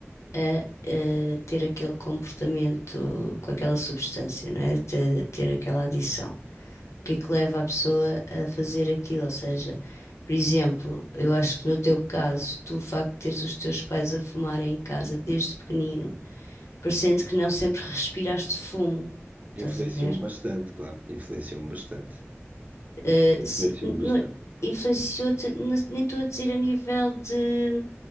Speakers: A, on the left; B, on the right.
A: a, eh, ter aquele comportamento com aquela substância, não é? Te- ter aquela adição. O que é que leva a pessoa a fazer aquilo? Ou seja, por exemplo, eu acho que no teu caso, tu o facto de teres os teus pais a fumarem em casa desde pequenino, parecendo que não sempre respiraste fumo, estás
B: Influenciou-me
A: a ver?
B: bastante, claro. Influenciou-me bastante.
A: Eh, se-
B: Influenciou-me
A: n-
B: bastante.
A: não- influenciou-te, n- nem estou a dizer a nível de